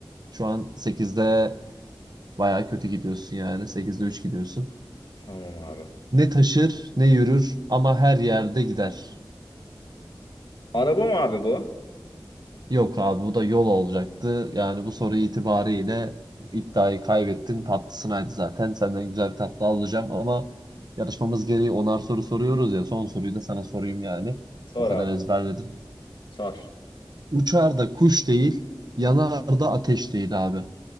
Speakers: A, on the right; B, on the left.
A: Şu an sekizde baya kötü gidiyorsun yani. sekizde 3 gidiyorsun.
B: Tamam abi.
A: Ne taşır ne yürür ama her yerde gider.
B: Araba mı abi bu?
A: Yok abi bu da yol olacaktı. Yani bu soru itibariyle iddiayı kaybettin. Tatlısınaydı zaten. Senden güzel bir tatlı alacağım ama yarışmamız gereği onar soru soruyoruz ya. Son soruyu da sana sorayım yani.
B: Sor
A: O kadar
B: abi.
A: ezberledim.
B: Sor.
A: Uçar da kuş değil, yanar da ateş değil abi.